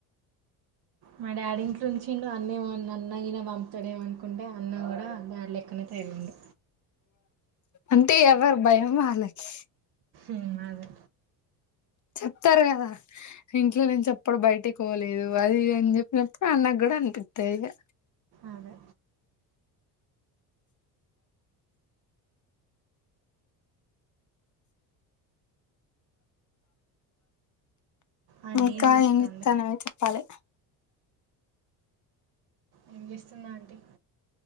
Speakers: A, on the right; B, on the left.
A: మా డాడీ ఇంట్లుంచిడు అన్నీ <unintelligible> అన్నగిన పంపుతాడేమో అనుకుంటే అన్న కూడా డాడీ లెక్కనే తయరిండు
B: అంటే ఎవరి భయం వాళ్ళకి
A: ఉమ్ అదే
B: చెప్తార్ కదా ఇంట్లో నుంచి ఎప్పుడు బైటిక్ పోలేదు అది అని చెప్పినప్పుడు అన్నక్ కూడా అనిపిత్తది ఇగా
A: అదే ఆంటీ
B: ఇంకా
A: ఏం చేస్తుంది
B: ఏంచేత్తానావే చెప్పాలె
A: ఏం చేస్తుందా ఆంటీ